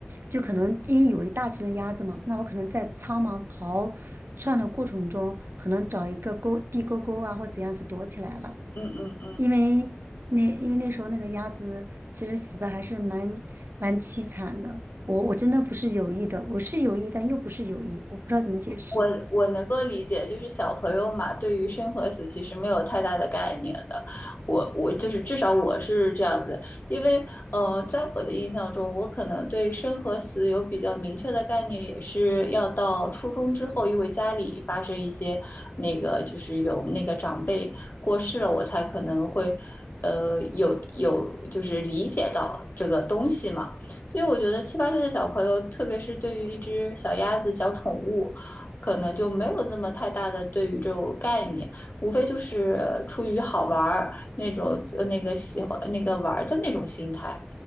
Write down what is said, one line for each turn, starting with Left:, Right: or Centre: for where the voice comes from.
Right: 就可能因为有一大群的鸭子嘛，那我可能在苍茫逃窜的过程中，可能找一个沟地沟沟啊或怎样子躲起来了。
Left: 嗯嗯嗯。
Right: 因为那因为那时候那个鸭子其实死的还是蛮蛮凄惨的。我我真的不是有意的，我是有意，但又不是有意，我不知道怎么解释。
Left: 我我能够理解，就是小朋友嘛，对于生和死其实没有太大的概念的。我我就是至少我是这样子，因为呃，在我的印象中，我可能对生和死有比较明确的概念，也是要到初中之后，因为家里发生一些那个就是有那个长辈过世了，我才可能会呃有有就是理解到这个东西嘛。所以我觉得七八岁的小朋友，特别是对于一只小鸭子、小宠物。可能就没有那么太大的对于这种概念，无非就是出于好玩儿那种呃那个喜欢那个玩儿的那种心态。